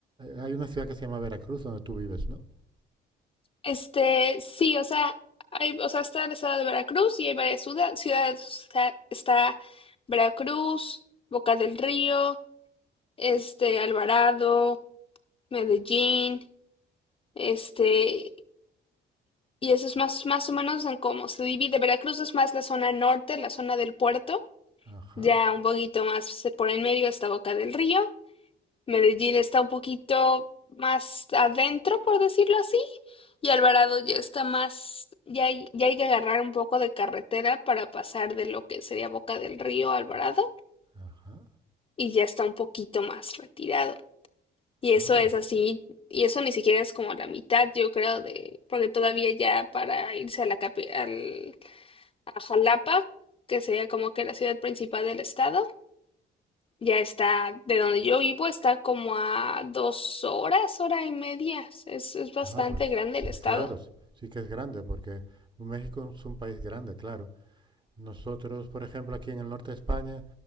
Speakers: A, on the right; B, on the left.
A: hay una ciudad que se llama Veracruz donde tú vives, ¿no?
B: Este, sí, o sea, hay, o sea, está el estado de Veracruz y hay varias ciudad- ciudades. Está, está Veracruz, Boca del Río. este, Alvarado, Medellín, este, y eso es más, más o menos en cómo se divide. Veracruz es más la zona norte, la zona del puerto,
A: Ajá,
B: ya un poquito más por en medio está Boca del Río. Medellín está un poquito más adentro, por decirlo así, y Alvarado ya está más, ya hay, ya hay que agarrar un poco de carretera para pasar de lo que sería Boca del Río a Alvarado,
A: ajá.
B: y ya está un poquito más retirado. Y eso
A: Ah,
B: es así, y eso ni siquiera es como la mitad, yo creo, de, porque todavía ya para irse a la capi- al, a Jalapa, que sería como que la ciudad principal del estado, ya está, de donde yo vivo, está como a dos horas, hora y media. Es, es bastante
A: Ah, pues
B: grande
A: sí,
B: el estado.
A: claro, sí sí que es grande, porque México es un país grande, claro. Nosotros, por ejemplo, aquí en el norte de España,